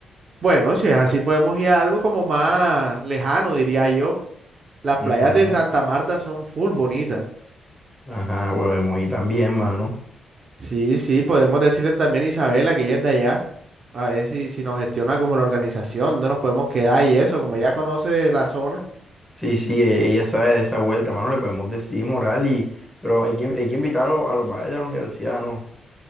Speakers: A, on the right (about 45°); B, in the centre.
A: Bueno, si es así, podemos ir a algo como más lejano, diría yo. Las
B: ujú,
A: playas de Santa Marta son full bonitas.
B: Ajá, bueno, y también, mano.
A: Sí, sí, podemos decirle también a Isabela que ella es de allá, a ver si, si nos gestiona como la organización, dónde nos podemos quedar y eso, como ella conoce la zona.
B: Sí, sí, e- ella sabe de esa vuelta, mano, le podemos decir moral y, pero hay que, hay que invitarlo a los padres de la universidad, ¿no?